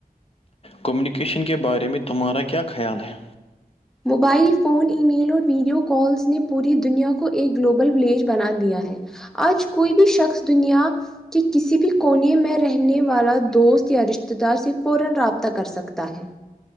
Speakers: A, on the left (about 40°); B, in the centre.
A: کمیونیکیشن کے بارے میں تمہارا کیا خیال ہے
B: موبائل فون ای میل اور ویڈیو کالس نے پوری دنیا کو ایک گلوبل ولیج بنا دیا ہے آج کوئی بھی شخص دنیا کہ کسی بھی کونے میں رہنے والا دوست یا رشتے دار سے فورا رابطہ کر سکتا ہے